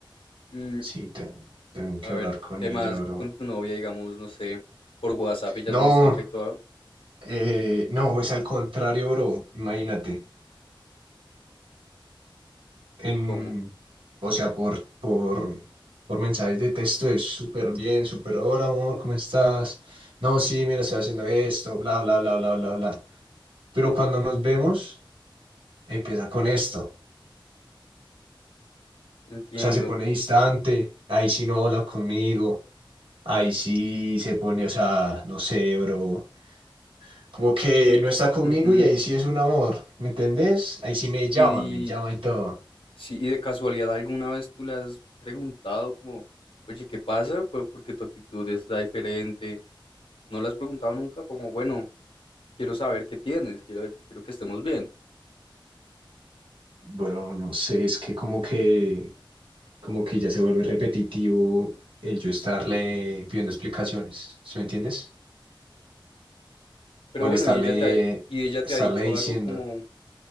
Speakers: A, on the left (about 85°); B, on the right (about 75°).
A: Mm,
B: sí, te- tengo
A: A
B: que
A: ver,
B: hablar con
A: ¿qué
B: ella,
A: más
B: bro.
A: con tu novia, digamos, no sé, por WhatsApp ella
B: No,
A: es muy seca y todo?
B: eh, no, es al contrario, bro, imagínate, en,
A: ¿Cómo?
B: o sea, por, por, por mensajes de texto es súper bien, súper, hola, amor, ¿cómo estás? No, sí, mira, estoy haciendo esto, bla, bla, bla, bla, bla, bla. Pero cuando nos vemos, empieza con esto.
A: Entiendo.
B: O sea, se pone distante, ahí sí no habla conmigo, ahí sí se pone, o sea, no sé, bro, como que
A: Y,
B: no está conmigo
A: ujú,
B: y ahí sí es un amor, ¿me entendés? Ahí sí me llama,
A: y,
B: me llama y todo.
A: sí, y de casualidad alguna vez tú le has preguntado como, oye, ¿qué pasa? ¿Cu- Porque tu actitud está diferente. No le has preguntado nunca como, bueno, quiero saber qué tienes, quiero, quiero que estemos bien.
B: Bueno, no sé, es que como que, como que ya se vuelve repetitivo el yo estarle pidiendo explicaciones, ¿sí me entiendes?
A: Pero
B: O
A: bueno,
B: el estarle,
A: y ella te, ha- y ella
B: estarle
A: te ha dicho
B: diciendo,
A: algo como,